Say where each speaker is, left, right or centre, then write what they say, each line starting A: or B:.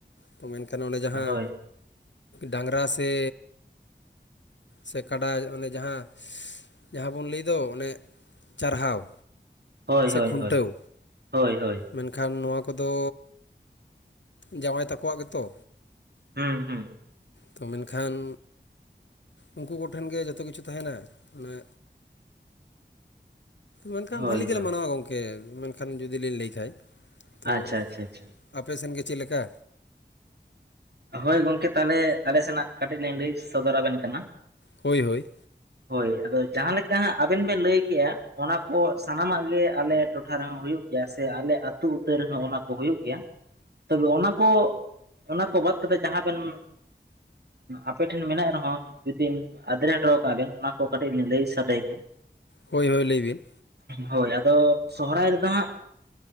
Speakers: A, on the left; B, on the right.
A: ᱛᱚ ᱢᱮᱱᱠᱷᱟᱱ ᱚᱱᱰᱮ ᱡᱟᱦᱟᱸ
B: ᱦᱳᱭ
A: ᱰᱟᱝᱨᱟ ᱥᱮᱼᱼ ᱥᱮ ᱠᱟᱰᱟ ᱚᱱᱮ ᱡᱟᱦᱟᱸ ᱡᱟᱦᱟᱸ ᱵᱚᱱ ᱞᱟᱹᱭ ᱫᱚ ᱚᱱᱮᱼᱼ ᱪᱟᱨᱦᱟᱣ
B: ᱦᱳᱭ ᱦᱳᱭ
A: ᱠᱷᱩᱱᱴᱟᱹᱣ
B: ᱦᱳᱭ ᱦᱳᱭ ᱦᱳᱭ
A: ᱢᱮᱱᱠᱷᱟᱱ ᱱᱚᱣᱟ ᱠᱚᱫᱚ ᱡᱟᱶᱟᱭ ᱛᱟᱠᱚᱣᱟᱜ ᱜᱮᱛᱚ,
B: ᱦᱩᱸ ᱦᱩᱸ
A: ᱛᱚ ᱢᱮᱱᱠᱷᱟᱱᱼᱼ ᱩᱱᱠᱩ ᱠᱚᱴᱷᱮᱱ ᱜᱮ ᱡᱚᱛᱚ ᱠᱤᱪᱷᱩ ᱛᱟᱦᱮᱱᱟ ᱚᱱᱮᱼᱼ ᱢᱮᱱᱠᱷᱟᱱ
B: ᱦᱳᱭ
A: ᱵᱷᱟᱹᱞᱤ ᱜᱮᱞᱮ
B: ᱦᱳᱭ
A: ᱢᱟᱱᱟᱣᱟ ᱜᱚᱢᱠᱮ ᱢᱮᱱᱠᱷᱟᱱ ᱡᱩᱫᱤ ᱞᱤᱧ ᱞᱟᱹᱭ ᱠᱷᱟᱡ᱾
B: ᱟᱪᱪᱷᱟ
A: ᱛᱚ
B: ᱟᱪᱪᱷᱟ ᱟᱪᱪᱷᱟ
A: ᱟᱯᱮ ᱥᱮᱫ ᱜᱮ ᱪᱮᱫᱞᱮᱠᱟ?
B: ᱦᱳᱭ ᱜᱚᱝᱠᱮ ᱛᱟᱦᱚᱞᱮ ᱟᱞᱮ ᱥᱮᱱᱟᱜ ᱠᱟᱹᱴᱤᱡ ᱞᱤᱧ ᱞᱟ. ᱭ ᱥᱚᱫᱚᱨᱟᱵᱮᱱ ᱠᱟᱱᱟ?
A: ᱦᱳᱭ ᱦᱳᱭᱼᱼ
B: ᱦᱳᱭ ᱟᱫᱚ ᱡᱟᱦᱟᱸ ᱞᱮᱠᱟ ᱦᱟᱸᱜ ᱟᱵᱮᱱ ᱵᱮᱱ ᱞᱟᱹᱭ ᱠᱮᱫᱮᱜᱼᱟ ᱚᱱᱟ ᱠᱚ ᱥᱟᱱᱟᱢᱟᱜ ᱜᱮ ᱟᱞᱮ ᱴᱚᱴᱷᱟ ᱨᱮᱦᱚᱸ ᱦᱩᱭᱩᱜᱼᱼ ᱥᱮ ᱟᱞᱮ ᱟᱹᱛᱩ ᱩᱛᱟᱹᱨ ᱨᱮᱦᱚᱸ ᱚᱱᱟ ᱠᱚ ᱦᱩᱭᱩᱜ ᱜᱮᱭᱟ ᱛᱚᱵᱮ ᱚᱱᱟ ᱠᱚ ᱚᱱᱟ ᱠᱚ ᱵᱟᱫ ᱠᱟᱛᱮ ᱡᱟᱦᱟᱸ ᱵᱮᱱᱼᱼ ᱟᱯᱮᱴᱷᱮᱱ ᱢᱮᱱᱟᱜ ᱨᱮᱦᱚᱸ ᱡᱩᱫᱤ ᱟᱫᱨᱮ ᱦᱚᱴᱚ ᱠᱟᱜ ᱵᱮᱱ ᱚᱱᱟ ᱠᱚ ᱠᱟᱹᱴᱤᱡ ᱞᱤᱧ ᱞᱟᱹᱭ ᱥᱟᱰᱮ ᱮᱫ ᱟ
A: ᱦᱳᱭ ᱦᱳᱭ ᱞᱟᱹᱭᱵᱤᱱ
B: ᱦᱳᱭ ᱟᱫᱚ ᱥᱚᱦᱚᱨᱟᱭ ᱨᱮᱫᱚ ᱦᱟᱸᱜ